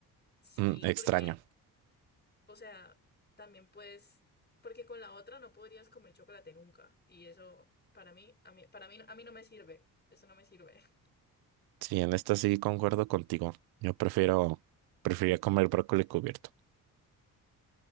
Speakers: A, on the left (about 25°); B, on the right (about 80°).
A: sí,
B: mm, extraño.
A: porque... O sea, también puedes, porque con la otra no podrías comer chocolate nunca. Y eso para mí, a mí, para mí, no- a mí no me sirve. Eso no me sirve. <laughs>
B: Sí, en esta sí concuerdo contigo. Yo prefiero, preferiría comer brócoli cubierto.